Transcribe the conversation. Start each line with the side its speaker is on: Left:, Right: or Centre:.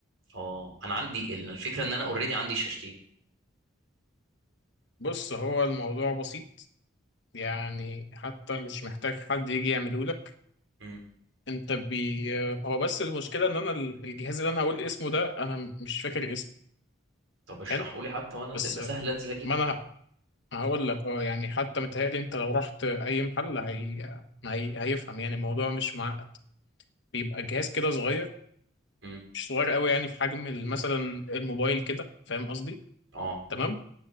Right: اه انا عندي ال- الفكره ان انا اوريدي عندي الشاشتين
Left: بص هو الموضوع بسيط يعني حتى مش محتاج حد يجي يعمله لك
Right: امم
Left: انت بي هو بس المشكلة ان انا ال- الجهاز اللي انا هقول اسمه ده انا م- مش فاكر اسمه
Right: طب اشرحوا
Left: حلو
Right: لي حتى وانا
Left: بس
Right: يبقى سهل انزل اجيبه
Left: ما انا هقول لك اه يعني حتى متهيألي انت لو رحت اي محل هي... هي... هيفهم يعني الموضوع مش معقد بيبقى جهاز كده صغير
Right: امم
Left: مش صغير قوي يعني في حجم ال- مثلا الموبايل كده فاهم قصدي
Right: اه
Left: تمام